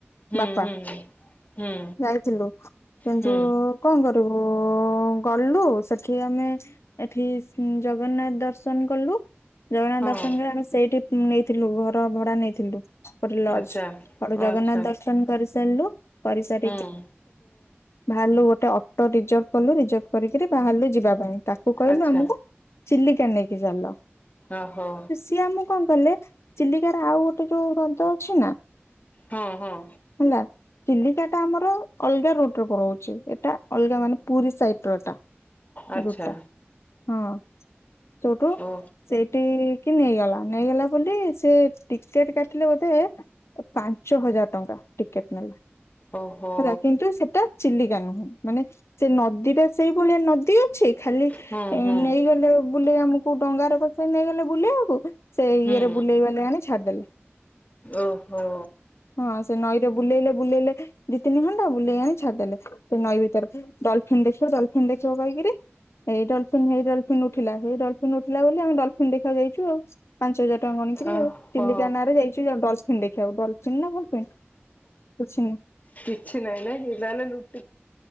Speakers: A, on the left (about 35°); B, on the left (about 75°).
A: ହୁଁ
B: ବାପା
A: ହୁଁ ହୁଁ
B: ଯାଇଥିଲୁ କିନ୍ତୁ
A: ହୁଁ
B: କଣ କରିବୁ ଗଲୁ ସେଠି ଆମେ ଏଠି ଜଗନ୍ନାଥ ଦର୍ଶନ କଲୁ। ଜଗନ୍ନାଥ
A: ହଁ
B: ଦର୍ଶନ କରି ଆମେ ସେଇଠି ନେଇଥିଲୁ ଘର ଭଡା ନେଇଥିଲୁ। ଟ ଲଜର
A: ଆଚ୍ଛା
B: ଜଗନ୍ନାଥ
A: ଆଚ୍ଛା
B: ଦର୍ଶନ କରି ସାରିଲୁ କରିସାରୁ
A: ହୁଁ
B: ଭାଲୁ ଗୋଟେ ଅଟୋ ରିଜର୍ଭ କଲୁ ରିଜର୍ଭ କରିକିରି ବାହାରିଲୁ ଯିବା ପାଇଁ ତାକୁ କହିଲୁ
A: ଆଚ୍ଛା
B: ଆମକୁ ଚିଲିକା ନେଇକି ଚାଲ।
A: ଓହୋ
B: ସିଆ ମୁଁ କଣ କଲେ ଚିଲିକାର ଆଉ ଗୋଟେ ଯୋଉ ରଜ ଅଛି ନା।
A: ହଁ ହଁ
B: ହେଲା ଚିଲିଟା ଟା ଆମର ଅଲଗା ରୋଟରେ ପଡଉଛି ଏଟା ଅଲଗା ମାନେ ପୁରୀ ସାଇଡ ରଟା
A: ଆଚ୍ଛା
B: ହଁ ସେଠୁ
A: ଓ
B: ସେଇଠ କି ନେଇଗଲା ନେଇଗଲା ବୋଲି ସେ ଟିକେଟ କାଟିଲେ ବୋଧେ ପାଞ୍ଚ ହଜାର ଟଙ୍କା ଟିକେଟ ନେଲା।
A: ଓହୋ
B: ହେଲା କିନ୍ତୁ ସେଟା ଚିଲିକା ନୁହେଁ ମାନେ ସେ ନଦୀ ଟା ସେଇଭଳିଆ ନଦୀ ଅଛି ଖାଲି
A: ହୁଁ ହୁଁ
B: ନେଇଗଲେ। ବୁଲେଇ ଆମକୁ ଡଙ୍ଗାର ଗଛ ନେଇଗଲେ ବୁଲେଇକୁ। ସେ
A: ହୁଁ
B: ଇଏରେ ବୁଲେଇବାଲେ ଆଣି ଛାଡିଦେଲେ।
A: ଓହୋ
B: ହଁ ସେ ନଈରେ ବୁଲେଇଲେ ବୁଲେଇଲେ ଦି ତିନି ଘଣ୍ଟା ବୁଲେଇ ଆଣି ଛାଡିଦେଲେ। ନଈ ବିିତର ଡଲଫିନ ଦେଖିବ ଡଲଫନ୍ ଦେଖ କହିକିରି। ଏଇ ଡଲଫିନଇ ଡଲଫିନ ଉଠିଲା ସେଇ ଡଲଫିନ ଉଠିଲା ବୋଲି ଆମେ ଡଲଫିନନ୍ ଦେଖକୁ ଯାଇଛୁ ଆଉ। ପାଞ୍ଚ ହଜାର ଟଙ୍କା ଗଣିଥିଲି
A: ଓହୋ
B: ଆଉ ଚିଲିକା ନାଁରେ ଯାଇଛି। ଡଲଫିନ୍ ଦେଖିବାକୁ ଡଲଫିନ ନା ଫଲଫିନ କିଛି ନାଁ
A: କିଛି ନାହିଁ ନା କି ତାହେଲେ ଯୁ।